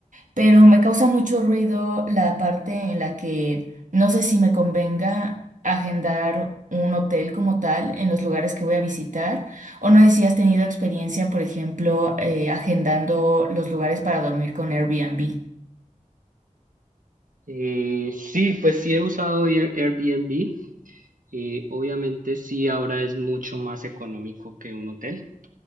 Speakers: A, on the right; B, on the right.
A: pero me causa mucho ruido la parte en la que no sé si me convenga agendar un hotel como tal en los lugares que voy a visitar, o no sé si has tenido experiencia, por ejemplo, eh, agendando los lugares para dormir con Airbnb.
B: Eh, sí, pues sí he usado Air- Airbnb. eh, obviamente sí, ahora es mucho más económico que un hotel,